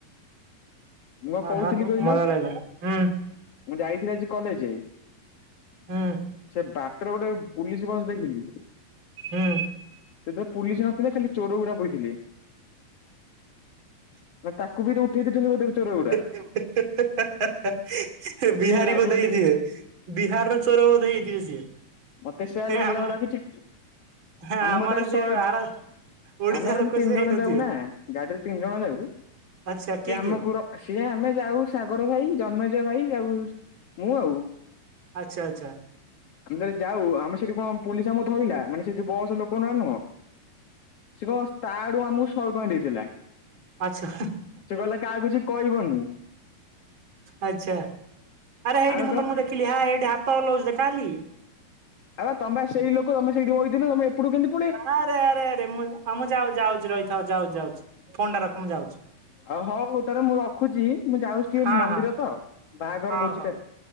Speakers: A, on the left; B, on the right.
A: ମୁଁ
B: ହଁ
A: କଣ କହୁଥିଲି
B: ହଁ
A: କହିଲ
B: ମଜା ଲାଗିଲା। ହୁଁ।
A: ମୁଁ ଯାଇଥିଲି ଆଜି କଲେଜ
B: ହୁଁ
A: ସେ ବାଟରେ ଗୋଟେ ପୁଲିସ ବସ ଦେଖିଲି।
B: ହୁଁ।
A: ସେଥିରେ ପୁଲିସ ନଥିଲେ ଖାଲି ଚୋର ଗୁଡା ବଇଥିଲେ। ନା ତାକୁ ବି ତ ଉଠେଇ ଦେଇଛନ୍ତି ବୋଧେ ଚୋର ପୁରା।
B: <inaudible>
A: ମୋତେ
B: ବିହାରୀ
A: କାହିଁ ଲାଗିଲା
B: ବୋଧେ ହେଇଥିବେ
A: ଟିକେ
B: ବିହାରର ଚୋର ବୋଧେ ହେଇଥିବେ ସିଏ।
A: ମତେ ସେୟା
B: ହେଁ
A: ଲାଗିଲାଖୁଛି
B: ଆମ ଆମର
A: ଆମ ମତେରେ ଶହେ।
B: ଯେ ଆର ଓଡିଶା
A: ଆମେ ଆମେ
B: ଲୋକ
A: ତିନି
B: ସେ
A: ଜଣ
B: ହେଇନଥିବେ
A: ଯାଉନା। ଗାଡିରେ ତିନି ଜଣ ଯାଉ
B: ଆଚ୍ଛା
A: ସିଏ
B: କିଏ
A: ଆମକୁ
B: କିଏ
A: ସିଏ ଆମେ ଯାଉ ସାଗର ଭାଇ ଜନ୍ମେ ଜୟ ଭାଇ ଆଉ ମୁଁ ଆଉ
B: ଆଚ୍ଛା ଆଚ୍ଛା
A: ଆମେ ଯାଉ ଆମେ ସେଠି କଣ ପୋଲିସ ଆମକୁ ଧଇଲା ମାନେ ସେ ବୟସ ଲୋକଗୁଡା ନୁହଁ ସେ କଣ ତା ଆଡୁ ଆମକୁ ଶହେ ଟଙ୍କା ଦେଇଥିଲା।
B: ଆଚ୍ଛା
A: ସେ କହିଲା କାହାକୁ କିଛି କହିବନି।
B: ଆଚ୍ଛା ଆରେ ଏଇଠି
A: ଆମେ
B: ମୁଁ
A: ପୁରା
B: ତମକୁ ଦେଖିଲି ହ ଏଇଠି ହାତ। ତଟେ ଅନାଉଚି ଦେଖା ଯାଉନି କି?
A: ଆ ତମେ ସେଇ ଲୋକ ତମେ ସେଇଠି ବଇଥିଲେ ତମେ ଏପଟୁ କିନ୍ତୁ
B: ଆରେ ଆରେ ଆରେ ମୁଁ ମୁଁ ଯାଉ ଯାଉଛି ରହିଥାଉ ଯାଉଛି ଯାଉଛି ଫୋନ୍ଟା ରଖ ମୁଁ ଯାଉଛି।
A: ଅ ହଉ ତାରଲେ ମୁଁ ରଖୁଛି ମୁଁ ଯାଉଛି ଟିକେ
B: ହଁ
A: ମନ୍ଦିର
B: ହଁ
A: ତ ବାହାଘର
B: ହଉ
A: ଭୋଜିଟା
B: ହଉ।
A: ଅଛି।